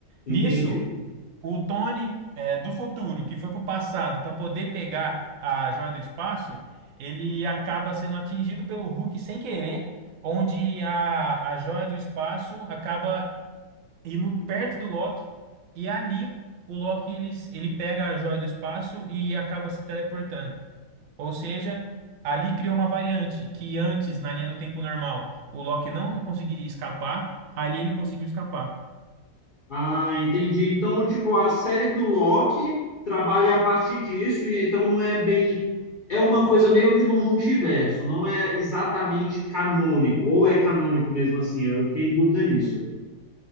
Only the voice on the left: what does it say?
Entendi.
Ah, entendi. Então, tipo, a série do Loki trabalha a partir disso, e então não é bem. É uma coisa meio que no multiverso, não é exatamente canônico, ou é canônico mesmo assim, eu fiquei em dúvida nisso.